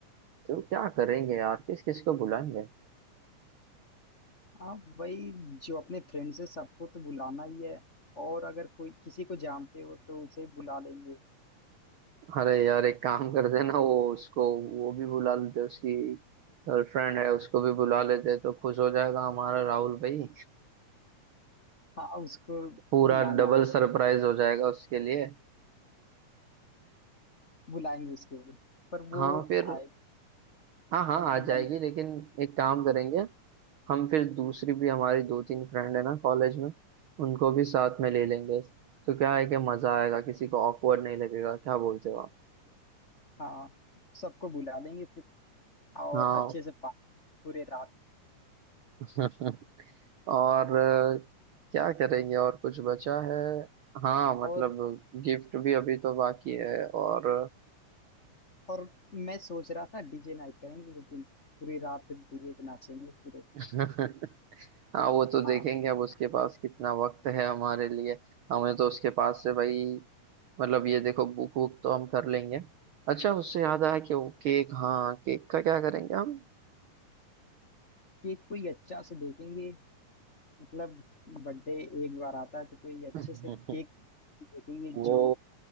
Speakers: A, on the right (about 75°); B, on the left (about 35°).
A: तो क्या करेंगे यार किस किस को बुलाएंगे
B: हाँ वही जो अपने फ्रेंड्स है सबको तो बुलाना ही है और अगर कोई किसी को जानते हो तो उसे बुला लेंगे
A: अरे यार एक काम करते हैं ना वो उसको वो भी बुला लेते हैं, उसकी गर्लफ्रेंड है उसको भी बुला लेते हैं, तो खुश हो जाएगा हमारा राहुल भाई
B: हाँ उसको
A: पूरा
B: बुलाना
A: डबल
B: है
A: सरप्राइज हो जाएगा उसके लिए
B: बुलाएंगे उसके लिए पर
A: हाँ
B: वो
A: फिर
B: आए
A: हाँ हाँ आ जाएगी
B: या नहीं
A: लेकिन एक काम करेंगे हम फिर दूसरी भी हमारी दो तीन फ्रेंड है ना कॉलेज में उनको भी साथ में ले लेंगे तो क्या है कि मजा आएगा किसी को ऑकवर्ड नहीं लगेगा क्या बोलते हो आप
B: हाँ सबको बुला लेंगे फिर और
A: हाँ
B: अच्छे से पा- पूरे रात
A: <laughs> और
B: हाँ,
A: अ, क्या करेंगे और कुछ बचा है हाँ मतलब
B: और
A: गिफ्ट भी अभी तो बाकी है और
B: और मैं सोच रहा था डीजे नाइट करेंगे उस दिन पूरी रात डीजे पे नाचेंगे पूरे
A: <laughs> हाँ वो तो
B: हाँ
A: देखेंगे अब उसके पास कितना वक्त है हमारे लिए हमें तो उसके पास से भाई मतलब ये देखो बुक बुक तो हम कर लेंगे अच्छा उससे याद आया कि वो केक हाँ केक का क्या करेंगे हम
B: केक कोई अच्छा से देखेंगे मतलब बर्थडे एक बार आता है तो कोई अच्छे
A: <laughs>
B: से केक देखेंगे
A: वो
B: जो